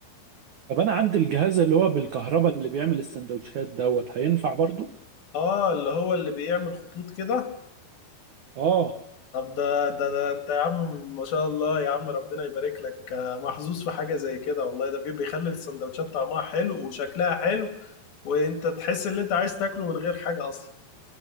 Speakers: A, on the right (about 80°); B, on the left (about 55°).
A: طب انا عندي الجهاز اللي هو بالكهرباء اللي بيعمل السندوتشات دوت هينفع برضه
B: آه اللي هو اللي بيعمل خطوط كده
A: اه
B: طب ده, ده ده انت يا عم ما شاء الله يا عم ربنا يبارك لك آه، محظوظ في حاجة زي كده والله ده بي- بيخلي السندوتشات طعمها حلو وشكلها حلو وانت تحس ان انت عايز تاكله من غير حاجة اصلا